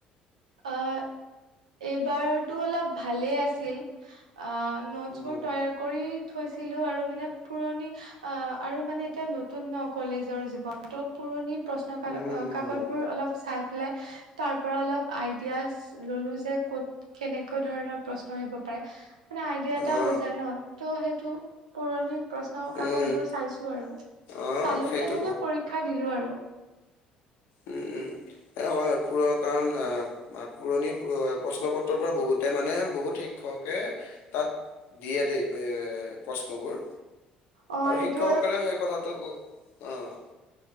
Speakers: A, on the right (about 90°); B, on the left (about 65°).
A: অঁ, এইবাৰৰটো অলপ ভালেই আছিল। অঁ, নোটছ্‌
B: উম
A: বোৰ তৈয়াৰ কৰি থৈছিল। ছিলো আৰু। মানে পুৰণি, অঁ আৰু মানে এতিয়া নতুন ন'? কলেজৰ জীৱনটো পুৰণি। প্ৰশ্ন কা--কাকতবোৰ
B: উম
A: অলপ চাই পেলাই তাৰ পৰা অলপ আইডিয়াছ্‌ ল'লো যে ক'ত, কেনেকুৱা ধৰণৰ প্ৰশ্ন আহিব পাৰে। মানে আইডিয়া এটা
B: অ
A: হৈ যায় ন'। ত', সেইটো পুৰণি প্ৰশ্ন কাকতবোৰ
B: উম
A: চাইছো আৰু।
B: অ
A: চালো,
B: সেইটো
A: তেনেকে পৰীক্ষা দিলো আৰু।
B: ওঁ, ওঁ এপ্‌ অঁ হ'য়, হ'য়। পুৰ- কাৰণ অঁ-পুৰণি পু প্ৰশ্ন পত্ৰৰ পৰা বহুতে মানে বহুত শিক্ষক কে তাত দিয়ে দেই এ--প্ৰশ্নবোৰ।
A: অ
B: আৰু
A: সেইটো
B: শিক্ষকসকলেও সেই কথাটো গু--অঁ